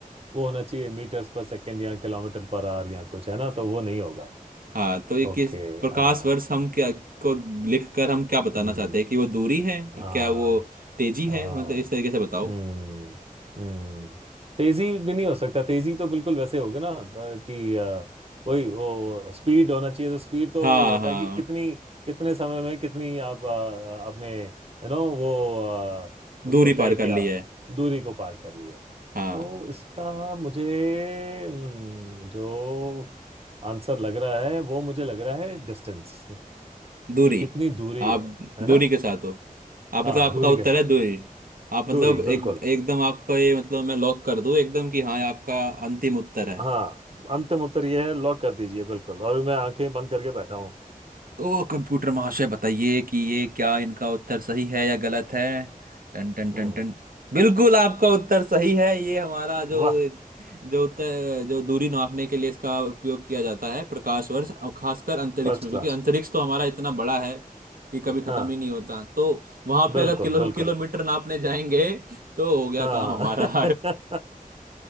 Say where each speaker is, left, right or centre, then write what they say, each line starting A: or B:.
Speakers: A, on the right (about 40°); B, on the right (about 70°).
A: वो होना चाहिए मीटर्स पर सेकेंड या किलोमीटर पर आवर या कुछ है ना तो वो नहीं होगा
B: हाँ तो ये
A: ओके
B: किस प्रकाश
A: हाँ
B: वर्ष हम क्या को लिख कर हम क्या बताना
A: हम्म
B: चाहते हैं कि वो दूरी है
A: हाँ
B: क्या वो तेजी है
A: हाँ,
B: मतलब इस तरीके से बताओ
A: हम्म हम्म तेजी भी नहीं हो सकता तेजी तो बिल्कुल वैसे होगी ना अ, कि अ, वही वो स्पीड होना चाहिए तो स्पीड तो
B: हाँ
A: होता
B: हाँ
A: है कि कितनी कितने समय में कितनी आप अ, आपने यू नो वो अ, उसको
B: दूरी
A: तय
B: पार
A: किया
B: कर ली है
A: दूरी को पार कर लिया
B: हाँ
A: तो इसका मुझे हम्म, जो आंसर लग रहा है वो मुझे लग रहा है डिस्टेंस
B: दूरी
A: कि कितनी दूरी
B: आप
A: है है
B: दूरी
A: ना
B: के साथ हो आप
A: हाँ
B: मतलब आपका
A: दूरी
B: उत्तर
A: के साथ
B: है दूरी आप मतलब
A: दूरी बिल्कुल
B: एक एकदम आपको ये मतलब मैं लॉक कर दूं एकदम कि हाँ ये आपका अंतिम उत्तर है
A: हाँ अंतिम उत्तर ये है लॉक कर दीजिए बिल्कुल और मैं आंखें बंद करके बैठा हूँ
B: तो कंप्यूटर महाशय बताइए कि ये क्या इनका उत्तर सही है या गलत है टन टन टन
A: हम्म
B: टन बिल्कुल आपका उत्तर सही है ये हमारा जो
A: वाह
B: जो उत्तर जो दूरी नापने के लिए इसका उपयोग किया जाता है प्रकाश वर्ष और खासकर अंतरिक्ष
A: फर्स्ट
B: में क्योंकि
A: क्लास
B: अंतरिक्ष तो हमारा इतना बड़ा है कि कभी खत्म
A: हाँ
B: ही नहीं होता तो वहां पे
A: बिल्कुल
B: अगर किलो
A: बिल्कुल
B: किलोमीटर नापने जाएंगे तो हो गया
A: हाँ
B: काम हमारा
A: <laughs>
B: <laughs> <laughs>